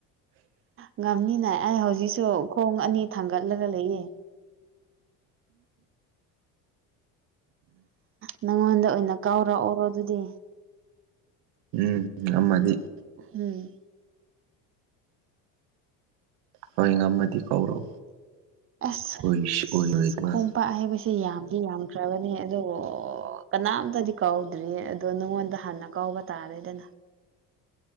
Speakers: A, on the right; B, on the right.
A: ꯉꯝꯅꯤꯅ ꯑꯩ ꯍꯧꯖꯤꯛꯁꯨ ꯈꯣꯡ ꯑꯅꯤ ꯊꯥꯡꯒꯠꯂꯒ ꯂꯩꯌꯦ ꯅꯪꯉꯣꯟꯗ ꯑꯣꯏꯅ ꯀꯥꯎꯔꯛꯑꯣꯔꯣ ꯑꯗꯨꯗꯤ
B: ꯎꯝ ꯑꯃꯗꯤ
A: ꯎꯝ
B: ꯍꯣꯏ ꯉꯝꯃꯗꯤ ꯀꯧꯔꯣ
A: ꯑꯁ
B: ꯑꯣꯏꯁꯨ ꯑꯣꯏꯔꯣꯏꯗꯕ
A: ꯈꯣꯡꯄꯥꯛ ꯍꯥꯏꯕꯕꯁꯤꯦ ꯌꯥꯝꯗꯤ ꯌꯥꯝꯗ꯭ꯔꯕꯅꯦ ꯑꯗꯣ ꯀꯅꯥꯝꯇꯗꯤ ꯀꯥꯎꯗ꯭ꯔꯤ ꯑꯗꯣ ꯅꯪꯉꯣꯟꯗ ꯍꯥꯟꯅ ꯀꯥꯎꯕ ꯇꯥꯔꯦꯗꯅ